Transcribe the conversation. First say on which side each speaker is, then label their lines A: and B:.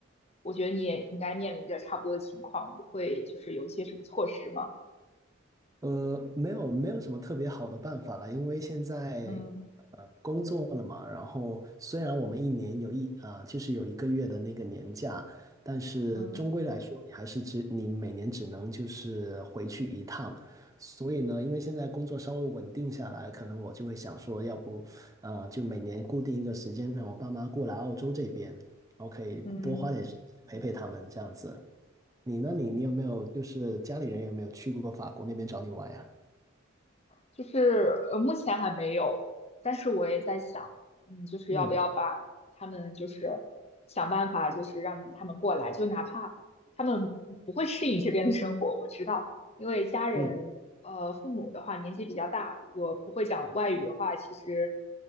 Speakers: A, on the left (about 30°); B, on the right (about 15°).
A: 我觉得你也应该面临着差不多的情况，你会就是有一些什么措施吗？
B: 呃，没有没有什么特别好的办法了，因为现在呃工作了嘛，
A: 嗯
B: 然后虽然我们一年有一啊、就是有一个月的那个年假，但是终归来说，
A: 嗯
B: 你还是只你每年只能就是回去一趟，所以呢，因为现在工作稍微稳定下来，可能我就会想说，要不啊、呃就每年固定一个时间让我爸妈过来澳洲这边，我可以多花点时间陪陪他们这样子。
A: 嗯。
B: 你呢？你你有没有就是家里人有没有去过法国那边找你玩呀？
A: 就是呃，目前还没有，但是我也在想，嗯，就是要不要把他们就是
B: 嗯
A: 想办法，就是让他们过来，就哪怕他们不会适应这边的生活，我知道，因为家人呃父母的话年纪比较大，
B: 嗯
A: 如果不会讲外语的话，其实